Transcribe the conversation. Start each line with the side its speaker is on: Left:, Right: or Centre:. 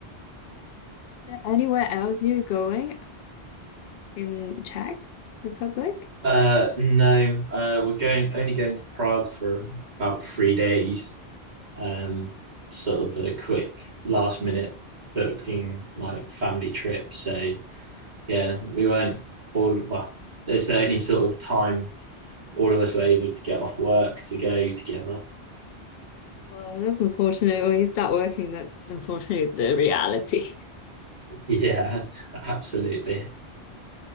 Left: Is there anywhere else you're going in Czech Republic?
Right: Uh no, uh we're going only going to Prague for about three days. um, sort of a quick last minute booking like family trip. So yeah, we weren't all well. There's the only sort of time all of us were able to get off work to go together.
Left: Well, that's unfortunate. When you start working, that's unfortunately the reality.
Right: <laughs> Yeah, absolutely.